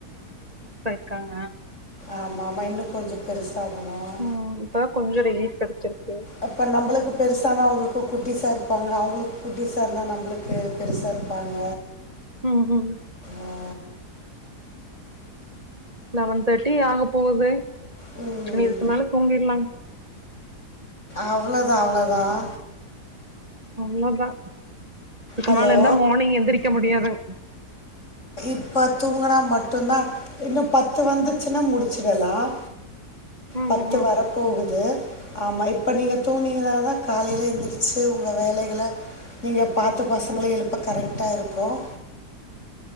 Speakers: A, on the right; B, on the left.
A: இருக்காங்க
B: ஆமா ஆமா இன்னும் கொஞ்சம் பெருசா ஆகணும்
A: ம் இப்பதா கொஞ்சோ ரிலீஃப் கெடச்சிருக்கு
B: அப்ப நம்மளுக்கு பெருசானா அவங்களுக்கு குட்டி சார் இருப்பாங்க அவங்களுக்கு குட்டி சார்ந்தான் நம்மளுக்கு பெருசாக இருப்பாங்க
A: உம் உம்
B: ஆ,
A: லெவன் தேர்ட்டி ஆக போகுது
B: ம்
A: நீ இதுக்கு மேல தூங்கிடலாம்
B: அவ்வளோதான் அவ்வளோதான்
A: அவ்ளோ தான் இதுக்கு
B: ஹலோ
A: மேல இருந்தா மார்னிங் எந்திரிக்க முடியாதுங்க
B: இப்ப தூங்குனா மட்டும்தான் இன்னும் பத்து வந்துச்சுன்னா முடிச்சிடலாம்
A: ம்
B: பத்து
A: ம் ம்
B: வர போகுது ஆமாம் இப்போ நீங்கள் தூங்கினீங்க தான் காலையில எழுந்திரிச்சு உங்கள் வேலைகளை நீங்கள் பார்த்து பசங்களளை எழுப்ப கரெக்ட்டா இருக்கும்